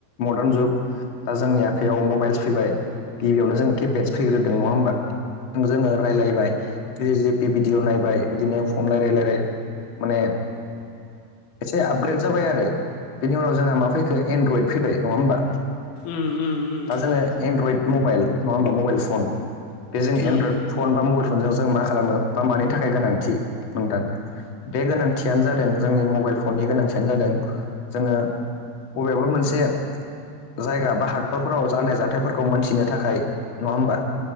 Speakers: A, on the left; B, on the left.
A: मदार्न जुग दा जोंनि आखयाव मबाइल्स फैबाय गिबियावनो जों केपेटस फैग्रोदों नङा होमबा जोङो रायजलायबाय ज जि पि भिडिअ नायबाय बिदिनो फन रायलाय रायलाय माने एसे आपग्रेड जाबाय आरो बिनि उनाव जोंहा माबा फैखो एनड्रइद फैबाय नङा होमबा
B: उम उम
A: दा जोङो एनड्रइड मबाइल नङा हबा मबाइल फन बे जोंनि
B: उम
A: एनड्रइड फन बा मबाइल फनजों जों मा खालामो बा मानि थाखाय गोनांथि नोंथां बे गोनांथियानो जादों जोंनि मबाइल फननि गोनांथियानो जादों जोङो बबेबा मोनसे जायगा बा हादरफोराव जानाय जाथायफोरखौ खौ मोनथिनो थाखाय नङा हबा